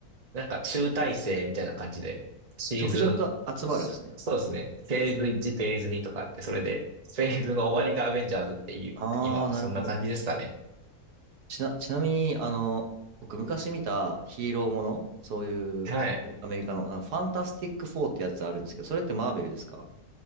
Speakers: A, on the right (about 30°); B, on the right (about 85°).
A: なんか集大成みたいな感じで、シーズン、
B: ちょくちょく集まるんですね。
A: そそうですね。フェーズ1、フェーズ2とかあって、それで、フェーズの終わりがアベンジャーズっていう、
B: ああ、
A: 今はそんな感じですかね。
B: なるほど。ちな、ちなみに、あの、僕昔見たヒーローもの、そういうアメリアメリカの、
A: はい。
B: あのファンタスティックフォーってやつあるんですけど、それってマーベルですか